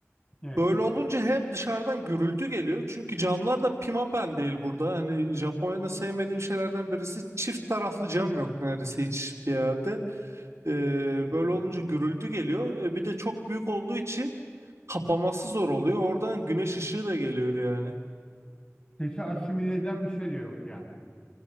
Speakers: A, on the left; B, on the right.
A: evet.
B: Böyle olunca hem dışarıdan gürültü geliyor çünkü camlar da pimapen değil burada. Hani Japonya'da sevmediğim şeylerden birisi çift taraflı cam yok neredeyse hiçbir yerde. E,
A: Hmm.
B: böyle olunca gürültü geliyor. E, bir de çok büyük olduğu için kapaması zor oluyor. Oradan güneş ışığı da geliyor yani.
A: Sesi asimile eden bir şey de yok yani.